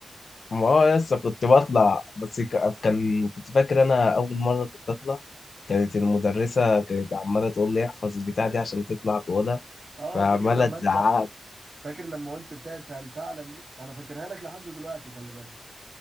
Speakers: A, on the left; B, on the right.
A: اه يس كنت بطلع بس ك- كان كنت فاكر أنا أول مرة كنت أطلع كانت المدرسة كانت عمالة تقول لي احفظ البتاع دي عشان تطلع تقولها
B: آه
A: فعمالة
B: فاكر لما
A: تزعق
B: أنت فاكر لما قلت بتاعت هل تعلم دي انا فاكرها لك لحد دلوقتي خلي بالك